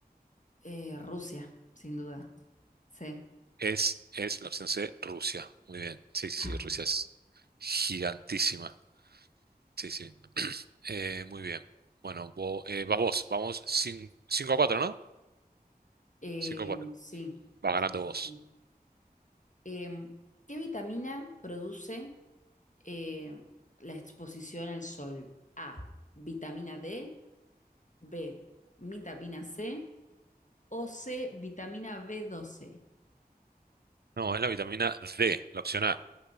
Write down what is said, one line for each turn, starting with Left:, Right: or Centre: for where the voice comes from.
Left: Eh, Rusia, sin duda. Sí,
Right: Es, es la opción C, Rusia. Muy bien. Sí, sí,
Left: vamos.
Right: sí, Rusia es gigantísima. Sí, sí. <clears throat> Eh, muy bien. Bueno, vo- eh, vas vos. Vamos cin- cinco a cuatro ¿no?
Left: Em,
Right: cinco a cuatro
Left: sí,
Right: Vas
Left: sí,
Right: ganando
Left: sí,
Right: vos.
Left: sí. Em, ¿qué vitamina produce eh, la exposición al sol? A, vitamina D, B, vitamina C o C, vitamina b doce.
Right: No, es la vitamina D, la opción A.